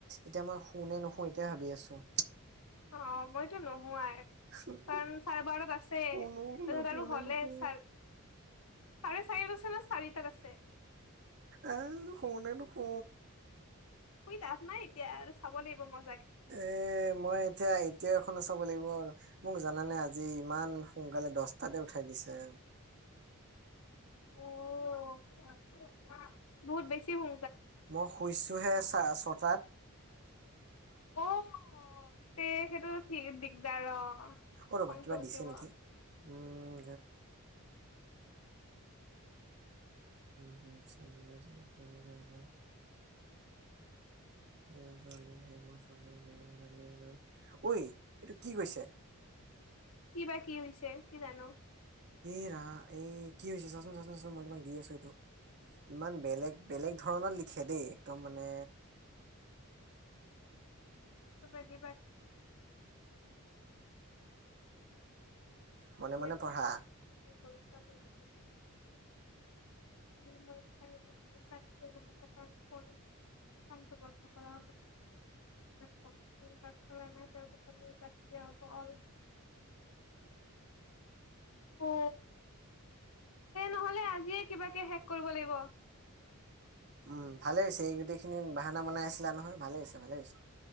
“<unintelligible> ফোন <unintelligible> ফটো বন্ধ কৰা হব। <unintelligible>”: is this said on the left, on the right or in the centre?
Left